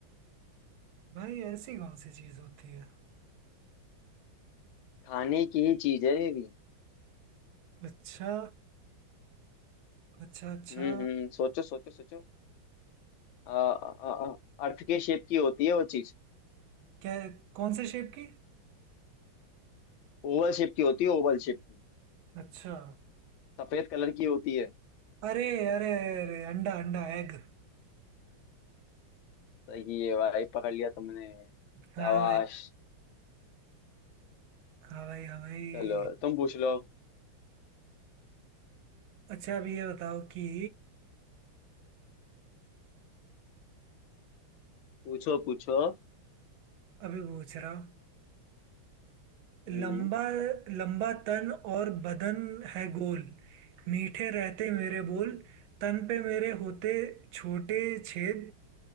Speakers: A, on the right; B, on the left.
A: भाई ऐसी कौन सी चीज़ होती है
B: खाने की ही चीज है ये भी
A: अच्छा अच्छा अच्छा
B: हम्म हम्म सोचो सोचो सोचो आ, आ, आ, अर्थ के शेप की होती है वो चीज
A: क्या कौन से शेप की
B: ओवल शेप की होती है ओवल शेप की
A: अच्छा
B: सफेद कलर की होती है
A: अरे अरे अरे अंडा अंडा एग
B: सही है भाई पकड़ लिया तुमने शाबाश
A: हाँ भाई हाँ भाई हाँ भाई
B: चलो तुम पूछ लो
A: अच्छा अब ये बताओ कि
B: पूछो पूछो
A: अभी पूछ रहा हूँ
B: हम्म
A: लंबा
B: हम्म।
A: लंबा तन और बदन है गोल मीठे रहते मेरे बोल तन पे मेरे होते छोटे छेद